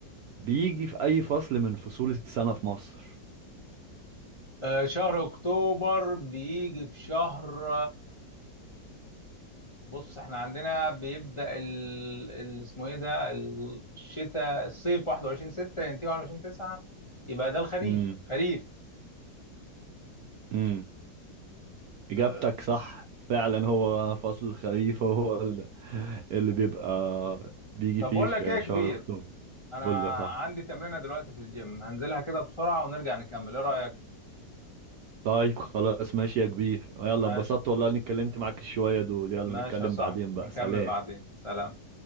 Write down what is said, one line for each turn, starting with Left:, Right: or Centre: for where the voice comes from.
Right: بيجي في أي فصل من فصول السنة في مصر
Left: آه شهر اكتوبر بيجي في شهر بص احنا عندنا بيبدأ ال... ال... اسمه ايه ده الشتاء الصيف 21 6 ينتهي 21 9 يبقى ده الخريف
Right: امم
Left: خريف
Right: امم إجابتك
Left: اه...
Right: صح
Left: ش-
Right: فعلا هو فصل الخريف هو اللي اللي بيبقى بيجي
Left: طب
Right: فيه
Left: بقول
Right: ش-
Left: لك ايه يا كبير
Right: شهر أكتوبر
Left: انا
Right: قول لي يا صاحبي
Left: عندي تمرينة دلوقتي في الجيم هنزلها كده بسرعة ونرجع نكمل ايه رأيك
Right: طيب خلاص ماشي يا كبير يلا
Left: ماشي
Right: اتبسطت والله اني اتكلمت معاك شوية دول يلا
Left: ماشي
Right: نتكلم
Left: يا صاحبي
Right: بعدين بقى
Left: هنكمل
Right: سلام
Left: بعدين سلام